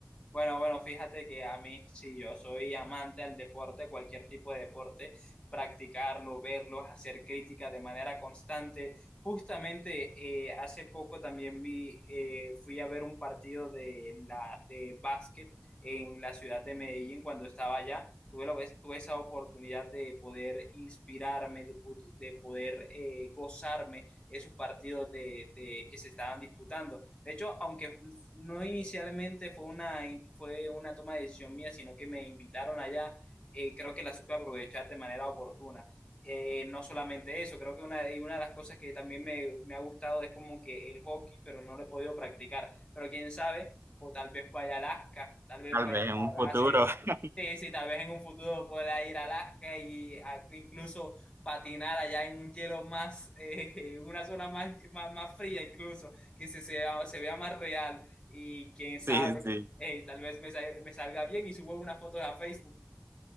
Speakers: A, on the left; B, on the right.
A: Bueno, bueno, fíjate que a mí, sí, yo soy amante al deporte, cualquier tipo de deporte, practicarlo, verlo, hacer crítica de manera constante. Justamente eh, hace poco también vi, eh, fui a ver un partido de, la, de básquet en la ciudad de Medellín cuando estaba allá. Tuve, la- tuve esa oportunidad de poder inspirarme, de, pu- de poder eh, gozarme esos partidos de, de- que se estaban disputando. De hecho, aunque no inicialmente fue una, fue una toma de decisión mía, sino que me invitaron allá. eh, creo que la supe aprovechar de manera oportuna. Eh, no solamente eso, creo que una, de una de las cosas que también me, me ha gustado es como que el hockey, pero no lo he podido practicar. Pero quién sabe, o tal vez vaya a Alaska, tal vez
B: Tal
A: vaya
B: vez en un futuro.
A: a... hacer-
B: <laughs>
A: Sí, sí, tal vez en un futuro pueda ir a Alaska y a- incluso patinar allá en un hielo más, <laughs> eh, una zona más, más, más fría incluso, que se, se, se vea más real y quién sabe,
B: Sí, sí.
A: eh, tal vez me, sa- me salga bien y subo una foto a Facebook.